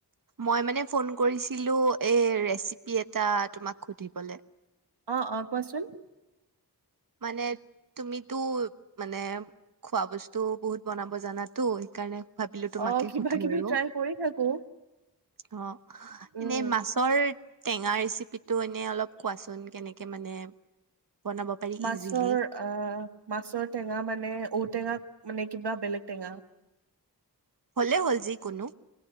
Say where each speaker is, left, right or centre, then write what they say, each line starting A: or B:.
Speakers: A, on the right; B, on the right.
A: মই মানে ফোন কৰিছিলোঁ এই ৰেচিপি এটা তোমাক সুধিবলে
B: অ অ কোৱাচোন
A: মানে তুমিতো মানে খোৱা বস্তু বহুত বনাব জানাতো সেইকাৰণে ভাবিলো তোমাকে
B: অ কিবা
A: সুধো
B: কিবি
A: আৰু
B: ট্ৰাই কৰি থাকো
A: অ
B: উম
A: এনেই মাছৰ টেঙা ৰেচিপি টো এনে অলপ কোৱাচোন কেনেকে মানে বনাব পাৰি
B: মাছৰ
A: ইজিলি
B: আহ মাছৰ টেঙা মানে ঔটেঙা মানে কিবা বেলেগ টেঙা
A: হলে হল যি কোনো